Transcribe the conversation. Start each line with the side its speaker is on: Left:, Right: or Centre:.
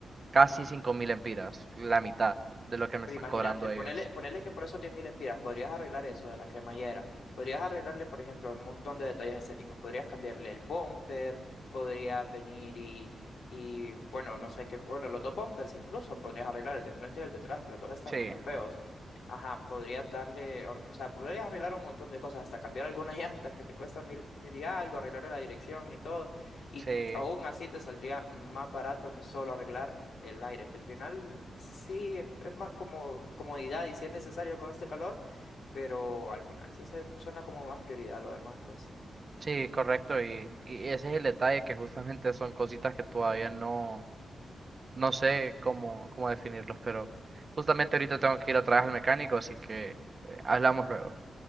Right: Casi 5.000 empiras, la mitad de lo que me
Left: Pero
Right: están
Left: imagínate,
Right: cobrando
Left: ponele,
Right: ellos.
Left: ponele que por esos 10.000 empiras podrías arreglar eso de la cremallera, podrías arreglarle, por ejemplo, un montón de detalles estéticos, podrías cambiarle el bumper, podrías venir y, y bueno, no sé qué, bueno, los dos bumpers incluso podrías arreglar el de enfrente y el de atrás, que los dos están
Right: Sí,
Left: medio feos. Ajá, podrías darle, or- o sea, podrías arreglar un montón de cosas, hasta cambiar alguna <laughs> llanta que te cuesta mil, mil y algo, arreglar la dirección y todo. Y
Right: sí,
Left: aún así te saldría más barato que solo arreglar el aire, que al final sí e- es más como comodidad y si es necesario con este calor, pero al final sí se suena como más prioridad lo demás, pues.
Right: sí, correcto. Y, y ese es el detalle, que justamente son cositas que todavía no, no sé cómo, cómo definirlos, pero justamente ahorita tengo que ir a trabajar al mecánico, así que eh, hablamos luego.